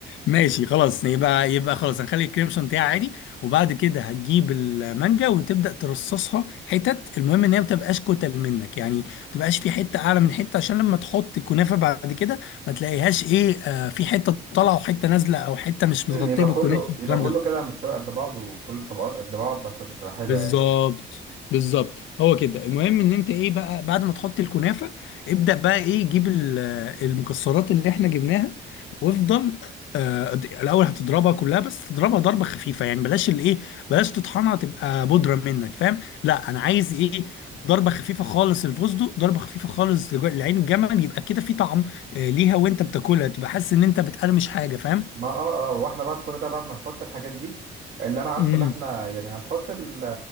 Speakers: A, on the left; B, on the right.
A: ماشي خلاص يبقى يبقى خلاص هنخلي الكريم شانتيه عادي وبعد كده هتجيب المانجا وتبدأ ترصصها حتت المهم ان هي ما تبقاش كتل منك يعني ما تبقاش في حتة اعلى من حتة عشان لما تحط الكنافة بعد كده ما تلاقيهاش ايه آه في حتة طالعة وحتة نازلة او حتة مش متغطية
B: أمم، <laughs> يبقى
A: بالكنافة
B: كله
A: والكلام
B: يبقى كله
A: ده
B: كده متساوي قد بعض وكل الطبقات قد بعض عشان تبقى حلوة
A: بالظبط
B: يعني
A: بالظبط هو كده المهم ان انت ايه بقى بعد ما تحط الكنافه ابدا بقى ايه جيب ال- المكسرات اللي احنا جبناها وافضل آه الاول هتضربها كلها بس تضربها ضربه خفيفه يعني بلاش الايه بلاش تطحنها تبقى بودره منك فاهم لا انا عايز ايه ضربه خفيفه خالص الفستق ضربه خفيفه خالص لج- لعين الجمل يبقى كده في طعم آه ليها وانت بتاكلها تبقى حاسس ان انت بتقرمش حاجه فاهم
B: ما اه اه واحنا بعد كل ده بعد ما نحط الحاجات دي اللي انا عارفه
A: امم
B: اللي احنا يعني هنحط ال-